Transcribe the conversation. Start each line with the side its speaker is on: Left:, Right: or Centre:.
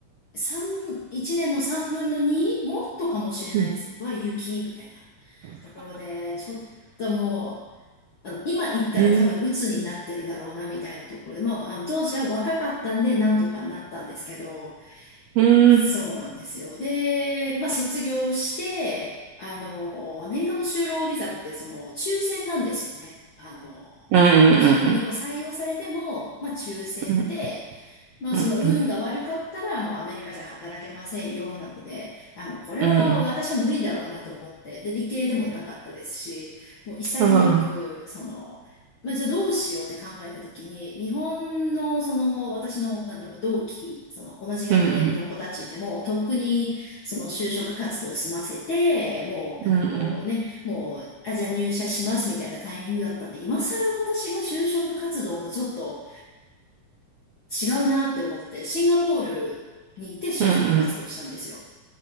Left: 三一年の三分の二、もっとかもしれないです。
Right: うん。
Left: は雪みたいなところで、ちょっともう、あの今行ったら多分鬱になってるだろうなみたいなところで、
Right: えー
Left: まあ、あの当時は若かったんでなんとかなったんですけど、
Right: うん、
Left: そうなんですよ。で、まあ卒業して、あの、アメリカの就労ビザってその抽選なんですよね。あの、
Right: うん、うん、
Left: 企業にこう採用されても、
Right: うん、
Left: まあ抽選で、
Right: うん、
Left: まあその運が悪かったらもうアメリカじゃ働けませんよなので、
Right: うん、うん、
Left: あの、これは私は無理だろうなと思って、
Right: うん、うん、
Left: で、理系でもなかったですし、もう潔く、
Right: うん、
Left: その、まあじゃあどうしようって考えた時に、日本のその私の、なんだろう、同期、その同じ学年の子たちってもうとっくにその就職活動を済ませて、
Right: うん、うん、
Left: もうなんかこうね、
Right: うん、
Left: もう、あ、じゃあ入社しますみたいなタイミングだったんで、今更私が就職活動もちょっと、違うなって思って、シンガポールに行って就職活動したんですよ。
Right: うん、うん、